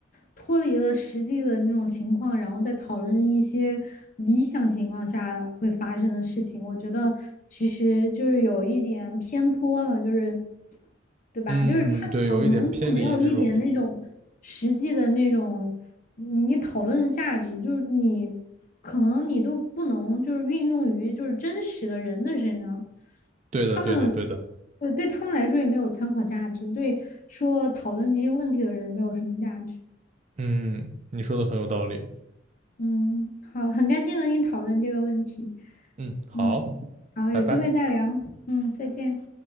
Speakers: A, on the left; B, on the right.
A: 脱离了实际的那种情况，然后再讨论一些理想情况下会发生的事情。我觉得其实就是有一点偏颇了，就是对吧？
B: 嗯，
A: 就是他可能就没有一点那种实际的那种。
B: 对，有一点偏离这种。
A: 你讨论的价值，就是你可能你都不能就是运用于就是真实的人的身上，
B: 对的，
A: 他们
B: 对的，对的。
A: 对对他们来说也没有参考价值，对说讨论这些问题的人没有什么价值。
B: 嗯，你说的很有道理。
A: 嗯，好，很开心和你讨论这个问题。
B: 嗯，好，
A: 嗯，好，
B: 拜拜。
A: 有机会再聊。嗯，再见。